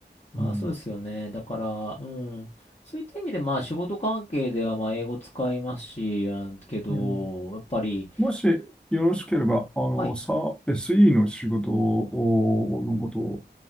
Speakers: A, on the left; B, in the centre.
A: まあそうですよね。
B: うん、
A: だから、うん。そういった意味でまあ仕事関係ではまあ英語使いますし、あけど、
B: うん
A: やっぱり、
B: もしよろしければ、あの、
A: はい。
B: さ、SE の仕事を、のことを、